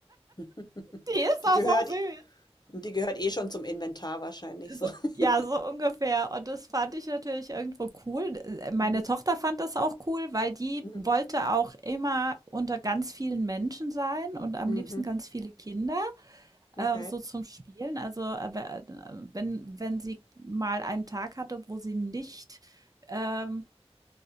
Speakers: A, on the left (about 40°); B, on the right (about 35°).
A: <laughs>
B: die ist
A: Die
B: doch
A: gehört,
B: so süß.
A: eh- die gehört eh schon zum Inventar wahrscheinlich so.
B: So,
A: <laughs>
B: ja, so ungefähr. Und das fand ich natürlich irgendwo cool. Äh, Meine
A: Mhm.
B: Tochter fand das auch cool, weil die
A: Mhm.
B: wollte auch immer unter ganz vielen Menschen sein und am
A: Mhm.
B: liebsten ganz viele Kinder.
A: Okay.
B: äh, so zum Spielen? Also, äh, we- äh, wenn, wenn sie mal einen Tag hatte, wo sie nicht ähm,